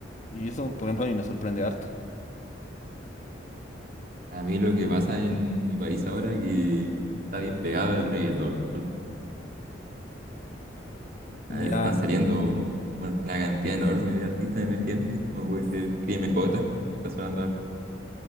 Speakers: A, on the left; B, on the right.
A: Y eso, por ejemplo, a mí me sorprende harto.
B: A mí lo que pasa en mi país ahora es que está bien pegado el reggaetón.
A: Ya,
B: Eh, Están saliendo una cantidad enorme de artistas emergentes, como puede ser Cris M J que está sonando harto.